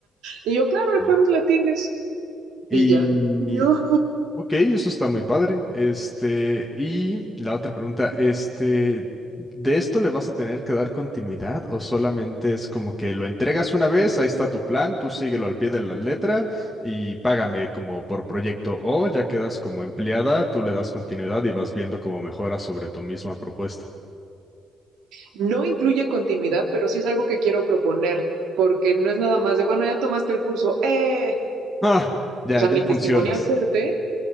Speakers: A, on the right; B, in the centre.
A: y yo, claro, el
B: Y,
A: jueves la tienes,
B: y,
A: y ya. Dios.
B: Ok, eso está muy padre. Este, y la otra pregunta, este, ¿de esto le vas a tener que dar continuidad o solamente es como que lo entregas una vez, ahí está tu plan, tú síguelo al pie de la letra y págame como por proyecto o ya quedas como empleada, tú le das continuidad y vas viendo cómo mejoras sobre tu misma propuesta?
A: No incluye continuidad, pero sí es algo que quiero proponer, porque no es nada más de, bueno, ya tomaste el curso, ¡eh!
B: Ah, ya,
A: O sea,
B: ya
A: mi testimonial
B: funcionas.
A: fuerte